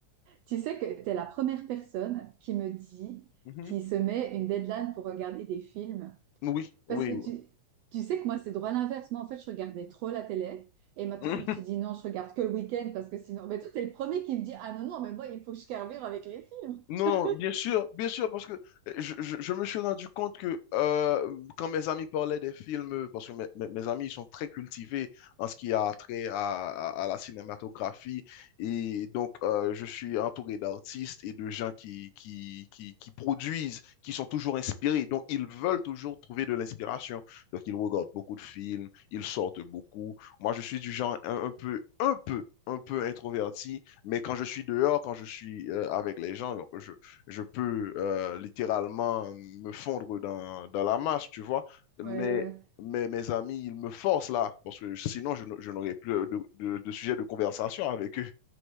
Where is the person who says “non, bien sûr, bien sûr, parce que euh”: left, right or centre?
Left